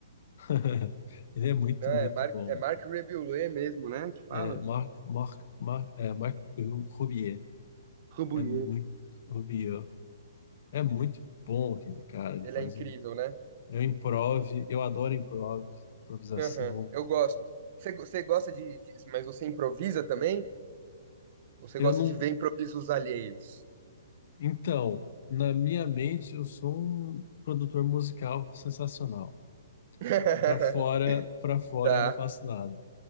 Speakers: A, on the left (about 55°); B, on the right (about 45°).
A: <laughs> Ele é muito,
B: né?
A: muito
B: É Marc,
A: bom.
B: é Marc Rebelé mesmo, né? Que fala.
A: É, Marc, Marc, Marc, é, Marc Rubier
B: Rebouillet.
A: é muito, Rubier é muito bom aquele cara. Ele
B: Ele
A: faz
B: é incrível,
A: um,
B: né?
A: eu improv, eu adoro improv, improvisação.
B: Aham, eu gosto. Você, você gosta de, de- Mas você improvisa também? Ou você
A: Eu
B: gosta
A: não,
B: de ver improvisos alheios?
A: então, na minha mente eu sou um produtor musical sensacional.
B: <laughs>
A: Pra fora, para fora
B: Tá,
A: eu não faço nada.